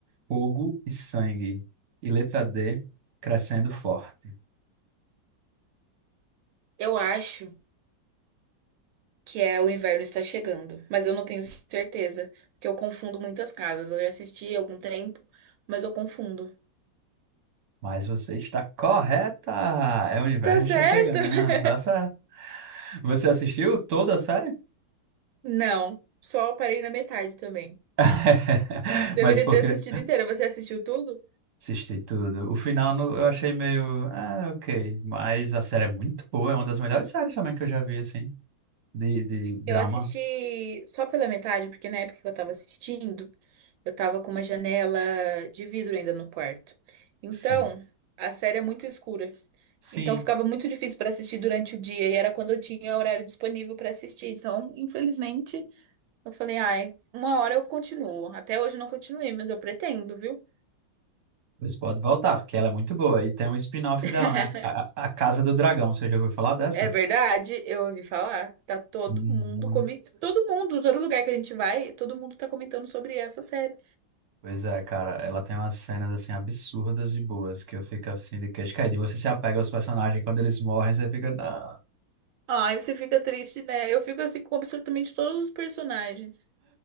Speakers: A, on the right; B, on the right.
A: Fogo e sangue. E letra D. Crescendo forte.
B: Eu acho que é o inverno está chegando, mas eu não tenho certeza, porque eu confundo muito as casas. Eu já assisti há algum tempo, mas eu confundo.
A: Mas você está correta! É o inverno
B: Tá certo?
A: está chegando.
B: <laughs>
A: Tá certo. Você assistiu toda a série?
B: Não, só parei na metade também.
A: <laughs>
B: Deveria
A: Mas por
B: ter
A: quê?
B: assistido inteira. Você assistiu tudo?
A: Assisti tudo. O final no- eu achei meio. Ah, ok. Mas a série é muito boa. É uma das melhores séries também que eu já vi, assim. De, de drama.
B: Eu assisti só pela metade, porque na época que eu tava assistindo, eu tava com uma janela de vidro ainda no quarto. Então,
A: Sim.
B: a série é muito escura.
A: Sim.
B: Então, ficava muito difícil para assistir durante o dia, e era quando eu tinha horário disponível para assistir. Então, infelizmente, eu falei, ai, uma hora eu continuo. Até hoje eu não continuei, mas eu pretendo, viu?
A: Pois pode voltar, porque ela é muito boa. E tem um spin-off
B: <laughs>
A: dela, né? A, a, a Casa do Dragão. Você já ouviu falar dessa?
B: É verdade, eu ouvi falar. Tá todo
A: Muito.
B: mundo comentando. Todo mundo, todo lugar que a gente vai, todo mundo tá comentando sobre essa série.
A: Pois é, cara. Ela tem umas cenas, assim, absurdas e boas que eu fico, assim, de queixo caído. E você se apega aos personagens. Quando eles morrem, você fica. Não.
B: Ai, você fica triste, né? Eu fico assim com absolutamente todos os personagens.